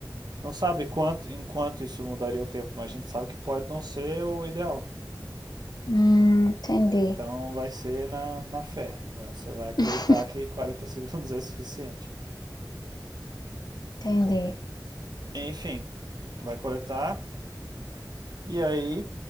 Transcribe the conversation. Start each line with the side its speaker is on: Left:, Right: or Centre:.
Right: não sabe quanto, em quanto isso mudaria o tempo, mas a gente sabe que pode não ser o ideal.
Left: hum, entendi.
Right: Então vai ser na, na fé. Você vai acreditar
Left: <laughs>
Right: que 40 <laughs> segundos é suficiente.
Left: Entendi.
Right: Enfim, vai coletar. E aí,